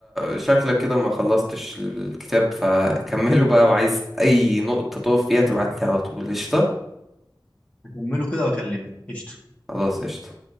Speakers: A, in the centre; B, on the left (about 15°).
A: شكلك كده ما خلصتش الكتاب فكمله بقى وعايز اي نقطة تقف فيها تبعت لي على طول قشطة
B: هكمله كده وأكلمك قشطة
A: خلاص قشطة